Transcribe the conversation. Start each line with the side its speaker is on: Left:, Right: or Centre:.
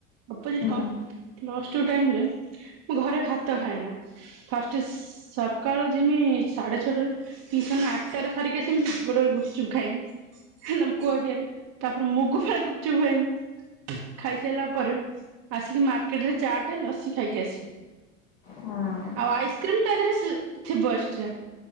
Right: ଅପୋଜିଟ
Left: ହୁଁ ହୁଁ ହୁଁ
Right: କଣ ଲ ୁ ଟାଇମ ରେ ମୁଁ ଘରେ ଭାତ ଖାଏ ନା ଫାଷ୍ଟ ସକାଳୁ ଯମି ସାଢେ ଛଅଟାରେ ଟିସନ ଆଠଟରେ ସାରିକି ଆସମି ଗୋଟେ ଗୁପଚୁପ୍ ଖାଇମି କୁହାଖଆରେ ତାପରେ ମୁଗୁ ଫା ଗୁପଚୁ ହୁ ଏମି ଖାଇସାରିଲା ପରେ ଆସିକି ମାର୍କେଟ ରେ ଚା ଟା ଲସି ଖାଇକି ଆସିବି
Left: ହୁଁ
Right: ଆଉ ଆଇସ୍କ୍ରିମ ତା ଦେହରେ ଥିବ ଏକ୍୍ରା